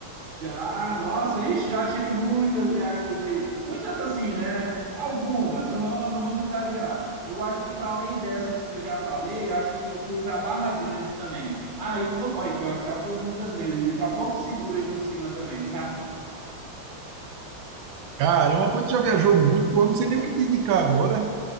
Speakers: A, on the right; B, on the right.
A: Já, nossa, ixi, já tive muitas viagens aí. Muitas assim, né? Algumas, não vamos, não vamos exagerar. Eu acho que para além dessas que eu já falei, eu acho que eu fui para Barra Grande também. Ah, e Porto, olha, pior que já foi muitas mesmo. E para Porto Seguro ainda por cima também.
B: Caramba, pô, tu já viajou muito, pô, eu não sei nem o que te indicar agora,